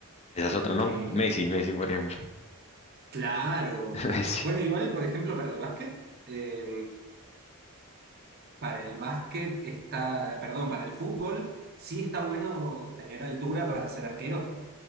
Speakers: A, on the left; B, on the right.
A: Esa
B: Porque,
A: es otra, ¿no? Messi, Messi, por ejemplo.
B: claro.
A: <laughs> Messi.
B: Bueno, igual, por ejemplo, para el básquet, eh, Para el básquet está, perdón, para el fútbol sí está bueno tener altura para ser arquero.